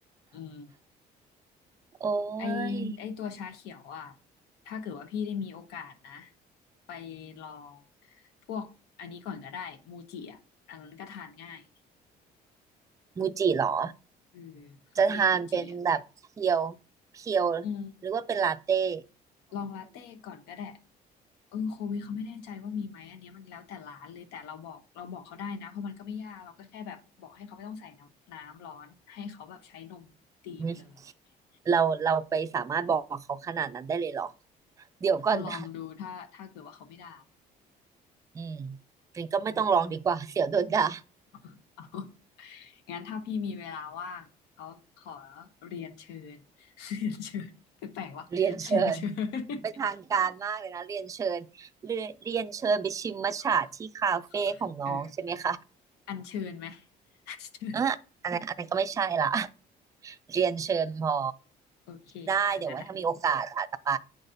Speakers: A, on the left; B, on the right.
A: อืม
B: โอ้
A: ไอ
B: ย
A: ไอตัวชาเขียวอ่ะถ้าเกิดว่าพี่ได้มีโอกาสนะไปลองพวกอันนี้ก่อนก็ได้มูจิอ่ะอันนั้นก็ทานง่าย
B: มูจิเหรอ
A: อือคาเฟ่มูจิอ่ะ
B: จะทานเป็นแบบเพียวเพียว
A: อืม
B: หรือว่าเป็นลาเต้
A: ลองลาเต้ก่อนก็ได้เออโควิดเขาไม่แน่ใจว่ามีไหมอันเนี้ยมันแล้วแต่ร้านเลยแต่เราบอกเราบอกเขาได้นะเพราะมันก็ไม่ยากเราก็แค่แบบบอกให้เขาไม่ต้องใส่น้ำน้ำร้อนให้เขาแบบใช้นมตีไปเลยอะไรเงี้ย
B: หึเราเราไปสามารถบอกเขาขนาดนั้นได้เลยเหรอเดี๋ยวก่อนนะ
A: ก็ลองดูถ้าถ้าเกิดว่าเขาไม่ด่า
B: อืมจริงันก็ไม่ต้องลองดีกว่า
A: อืม
B: <laughs> เสียวโดนด่า
A: <laughs> เอา <laughs> งั้นถ้าพี่มีเวลาว่างเขาขอเรียนเชิญ <laughs> เรียนเชิญแปลกๆว่าเรียนเชิญ
B: เรียนเชิญเป็นทางการมากเลยนะเรียนเชิญเรียเรียนเชิญไปชิมมัทฉะที่คาเฟ่ของน้องใช่ไหมคะ
A: <laughs> ขอขอเอออัญเชิญไหมอัญเชิญ
B: อ่ะอันนั้นอันนั้นก็ไม่ใช่ละ <laughs> เรียนเชิญพอ
A: โอเคค่ะงั้น
B: ได้เดี๋ยวไว่าถ้ามีโอกาสอาจจะไป